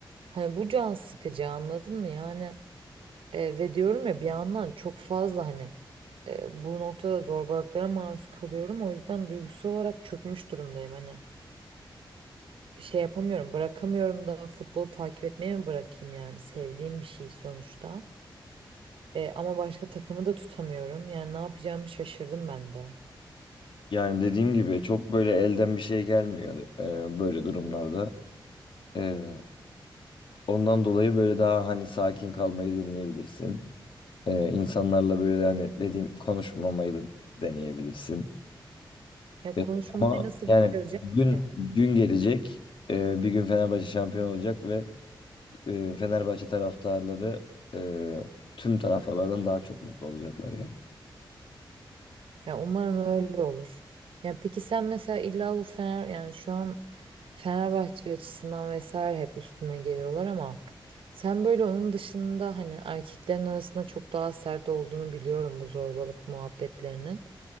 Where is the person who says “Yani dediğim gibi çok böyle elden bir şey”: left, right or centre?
Left